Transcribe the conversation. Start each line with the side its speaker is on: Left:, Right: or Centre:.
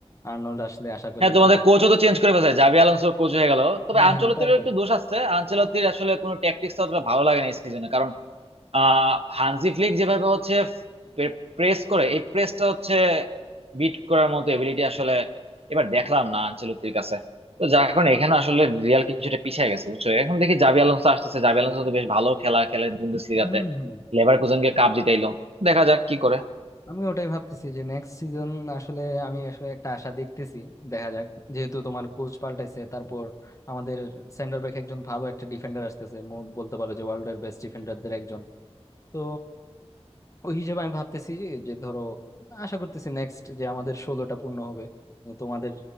Left: আর্নল্ড আসলে আশা করি
Right: হ্যাঁ তোমাদের
Left: ভালো
Right: কোচও তো চেঞ্জ করে ফেলছে জাবি আলোনসো কোচ হয়ে গেল তবে
Left: হ্যাঁ
Right: আনচেলত্তিরও
Left: হ্যাঁ ওটা আর কি
Right: একটু দোষ আছে আনচেলত্তির আসলে কোনো ট্যাকটিক্স অতটা ভালো লাগে না এই সিজনে কারণ আহ হানজি ফ্লিক যেভাবে হচ্ছে প্রেস করে এই প্রেসটা হচ্ছে বিট করার মতো এবিলিটি আসলে এবার দেখলাম না আনচেলত্তির কাছে তো যার কারণে এখানে আসলে রিয়াল কিছুটা পিছিয়ে গেছে বুঝছো এখন দেখি জাবি আলোনসো আসতেছে জাবি আলোনসো তো বেশ ভালো খেলা খেলে বুন্দেসলিগাতে
Left: হম হম
Right: লেভারকুসেনকে কাপ জিতাইলো দেখা যাক কি করে
Left: আমি ওটাই ভাবতেছি যে নেক্সট সিজন আসলে আমি আসলে একটা আশা দেখতেছি দেখা যাক যেহেতু তোমার কোচ পাল্টাইছে তারপর আমাদের সেন্টার ব্যাক একজন ভালো একটা ডিফেন্ডার আসতেছে মো- বলতে পারো যে ওয়ার্ল্ড এর বেস্ট ডিফেন্ডারদের একজন তো ওই হিসেবে আমি ভাবতেছি যে যে ধরো আশা করতেছি নেক্সট যে আমাদের ষোলোটা পূর্ণ হবে কিন্তু তোমাদের